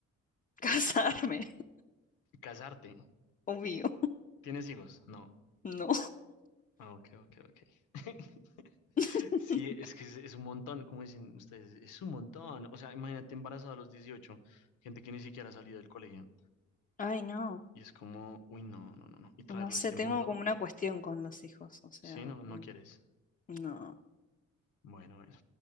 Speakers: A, on the left; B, on the left.
A: Casarme,
B: Casarte.
A: obvio.
B: ¿Tienes hijos? No.
A: No.
B: Ah, Ok, ok, ok. <laughs>
A: <laughs>
B: Sí, es que es, es un montón, como dicen ustedes, es un montón. O sea, imagínate embarazada a los 18, gente que ni siquiera ha salido del colegio.
A: Ay, no.
B: Y es como, uy, no, no, no, no. Y traerlo
A: No sé,
B: a este
A: tengo
B: mundo,
A: como una cuestión con los hijos, o sea,
B: sí, no, no
A: mm,
B: quieres.
A: no.
B: Bueno, bueno,